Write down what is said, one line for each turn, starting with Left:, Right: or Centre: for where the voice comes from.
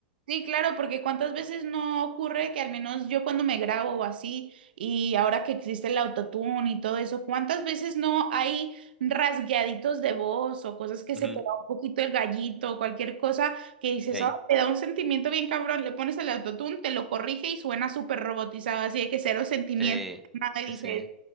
Right: Sí, claro, porque cuántas veces no ocurre que al menos yo cuando me grabo o así, y ahora que existe el autotune y todo eso, cuántas veces no hay rasgueaditos de voz o cosas que se
Centre: Ujú,
Right: te va un poquito el gallito o cualquier cosa que dices,
Centre: Ahí,
Right: "Ah, te da un sentimiento bien cabrón, le pones el autotune, te lo corrige y suena súper robotizado, así de que cero sentimiento,
Centre: sí,
Right: nada,
Centre: sí,
Right: y dices,
Centre: sí.